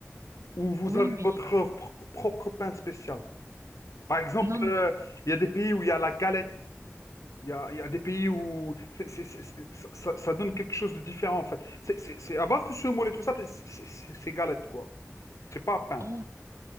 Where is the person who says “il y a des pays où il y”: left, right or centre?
Left